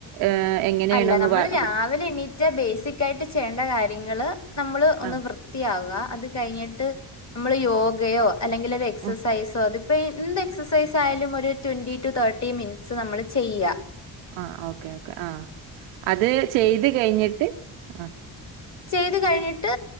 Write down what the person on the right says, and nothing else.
ഏഹ് എങ്ങനെയാണോന്ന്
പറ
അപ്പൊ
ആഹ്
ഓഹ്
ആ ഓക്കെ ഓക്കേ ആ അത് ചെയ്ത് കഴിഞ്ഞിട്ട് ആ